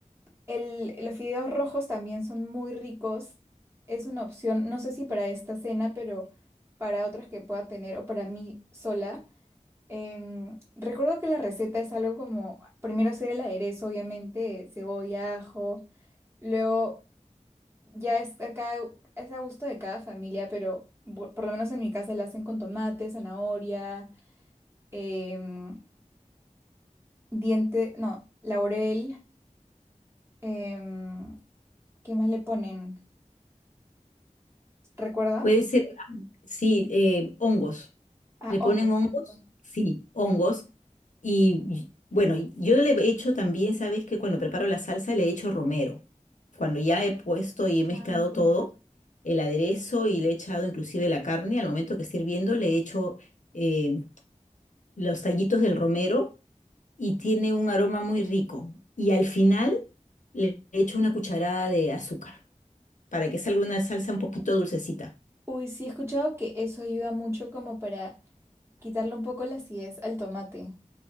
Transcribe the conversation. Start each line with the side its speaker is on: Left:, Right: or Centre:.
Right: El, los fideos rojos también son muy ricos. Es una opción, no sé si para esta cena, pero para otras que pueda tener o para mí sola. Em, recuerdo que la receta es algo como, primero hacer el aderezo, obviamente, cebolla, ajo. Luego ya es a, cada- es a gusto de cada familia, pero bu- por lo menos en mi casa la hacen con tomate, zanahoria, em, diente, no, laurel. em, ¿qué más le ponen? ¿Recuerda?
Left: Puede ser, sí, eh, hongos.
Right: Ah,
Left: Le ponen
Right: hongos.
Left: hongos,
Right: ¿cierto?
Left: sí, hongos. Y y, bueno, y yo le he hecho también, sabes que cuando preparo la salsa le he hecho romero. Cuando ya he puesto y he mezclado
Right: Ah, ok.
Left: todo, el aderezo y le he echado inclusive la carne, al momento que esté hirviendo le he hecho eh, los tallitos del romero y tiene un aroma muy rico. Y al final le he hecho una cucharada de azúcar para que salga una salsa un poquito dulcecita.
Right: Uy, sí he escuchado que eso ayuda mucho como para quitarle un poco la acidez al tomate.